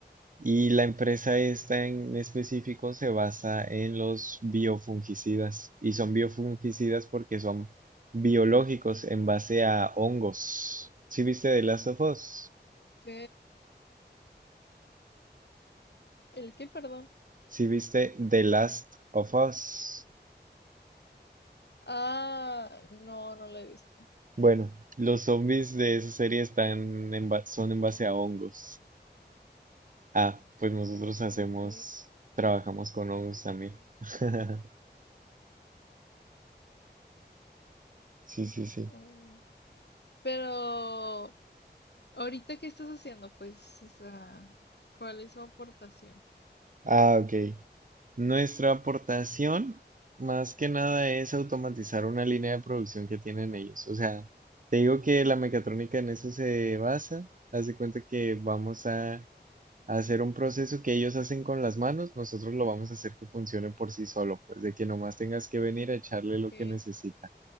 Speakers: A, on the right (about 50°); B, on the left (about 70°).
A: Y la empresa esta en específico se basa en los biofungicidas. Y son biofungicidas porque son biológicos en base a hongos. ¿Sí viste The Last of Us?
B: Ok. ¿El qué, perdón?
A: ¿Sí viste The Last of Us?
B: Ah, no, no la he visto.
A: Bueno, los zombies de esa serie están en ba- son en base a hongos. Ah, pues nosotros hacemos,
B: Ok.
A: trabajamos con hongos también. <laughs> Sí, sí, sí.
B: Oh. Pero, ¿ahorita qué estás haciendo? Pues, o sea, ¿cuál es su aportación?
A: Ah, ok. Nuestra aportación, más que nada, es automatizar una línea de producción que tienen ellos. O sea, te digo que la mecatrónica en eso se basa. Haz de cuenta que vamos a, a hacer un proceso que ellos hacen con las manos, nosotros lo vamos a hacer que funcione por sí solo, pues de que nomás tengas que venir a echarle
B: Ok.
A: lo que necesita,